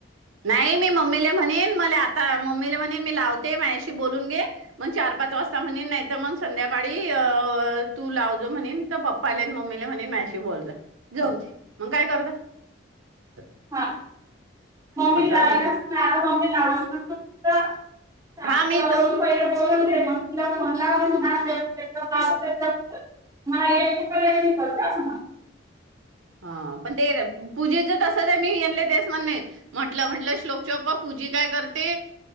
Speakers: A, on the right; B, on the right.
A: नाही मी मम्मीला म्हणेन मला आता मम्मीला म्हणेन मी, लावते माझ्याशी बोलून घेणार पाच वाजता‌ म्हणेन नाहीतर संध्याकाळी‌ अअअ लावजो म्हणेन पप्पाला आणि मम्मीला म्हणे मशी बोल जा जाऊ मग काय करत, ते <unintelligible>
B: हा बॉमबई लावलाचणार
A: हम्म.
B: बॉम्ब लावलंत, शका
A: हा मी तर
B: पहि मग त मला <unintelligible> म एकक करत म,
A: हा पण ते पूजेच तस ते मीले तेच म्हण म्हंटलं म्हटलं श्लोक च बा्पा पूज, तजी काय करते